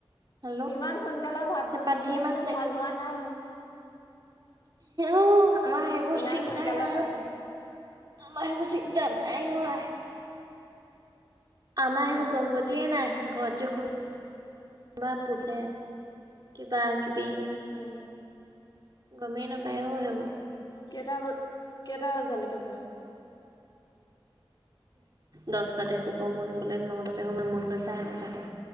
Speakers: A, on the right; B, on the left.
A: হেল্ল'
B: ইমান সোনকালে ভাত
A: চেপাত
B: বনাইছে,
A: ধেৰ
B: সেইটো
A: মাছ লা
B: ভাল হোৱা নাই আও।
A: উ, আমাৰ সেইবোৰ
B: ইমান
A: চিন্তাই
B: সোনকালে
A: নাই।
B: ভাত বনাই
A: আমাৰ সেইবোৰ চিন্তা নাই ঐ। আমাৰ সেইবোৰ
B: অ
A: গম গতিয়ে নাই, ঘৰত যে কোনো কোনোবা পুহে, কিবা কিবি।
B: উম
A: গমেই নেপায় অ' সেইবোৰ।
B: কেইটা বা কেইটা বাজালৈকে পঢ়ে?
A: দচটাতে শুব, মন গলে নটাতে শুব, মন গলে চাৰে নটা।